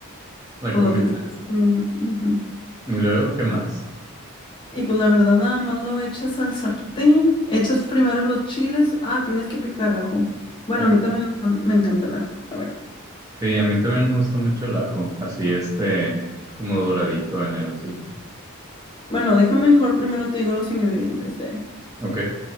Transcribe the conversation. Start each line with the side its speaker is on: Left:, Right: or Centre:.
Right: La
Left: pues
Right: comida.
Left: lo que te estás comiendo. Ujú.
Right: ¿Y luego qué más?
Left: Y pues la verdad nada más lo echas al sartén, echas primero los chiles, ah, tienes que picar ajo. Bueno,
Right: Ok.
Left: a mí también me, encan- me encanta el ajo, la verdad.
Right: Sí, a mí también me gusta mucho el ajo, así este como doradito en el aceite.
Left: Bueno, déjame mejor primero te digo los ingredientes de
Right: Ok,